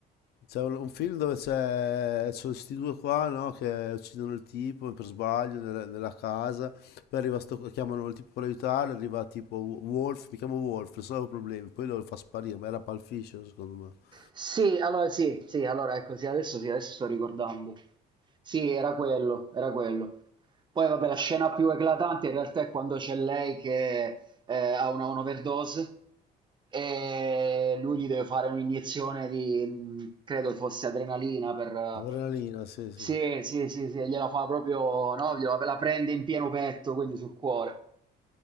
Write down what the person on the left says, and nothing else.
C'è un, un film dove c'è sono questi due qua, no, che uccidono il tipo per sbaglio nella, nella casa, poi arriva sto, chiamano il tipo per aiutarlo, arriva tipo Wo- Wolf, mi chiamo Wolf, risolvo problemi, poi lo fa sparire, ma era Pulp Fiction secondo me.
Adrenalina, sì, sì.